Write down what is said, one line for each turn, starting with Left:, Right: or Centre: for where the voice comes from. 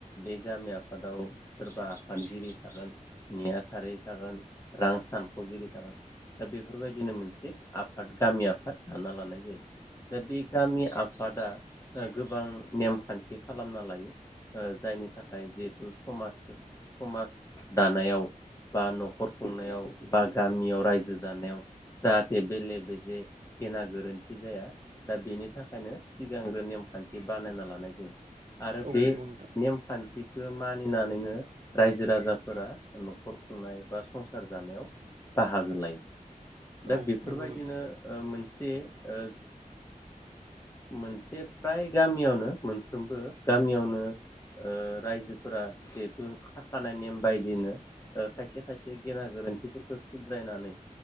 Left: बे गामि आफादाव सोरबा आफादगिरि थागोन नेहाथारि थागोन रां सानखगिरि थागोन दा बेफोरबायदिनो मोनसे आफाद गामि आफाद दाना लानाय जायो दा बे गामि आफादा गोबां नेमखान्थि खालामना लायो जायनि थाखाय जिहेथु समाज समाज दानायाव बा नखर खुंनायाव बा गामियाव रायजो जानायाव जाहाथे बेले बेजे गेना गोरोन्थि जाया दा बेनि थाखायनो सिगांग्रो नेमखान्थि बानायना लानाय जायो। आरो
Right: औ
Left: बे
Right: नंगौ नोंथां
Left: नेमखान्थिखो मानिनानैनो रायजो राजाफोरा नख खर खुंनाय बा संसार जानायाव बाहागो लायो। दा
Right: औ
Left: बेफोरबायदिनो
Right: नंगौ नोंथां
Left: ओह मोनसे ओह मोनसे फ्राय गामियावनो मोनफ्रोमबो गामियावनो ओ रायजोफोरा जिहेथु खाखानाय नेम बायदिनो ओ खायसे खायसे गेना गोरोन्थिफोरखौ सुद्रायनानै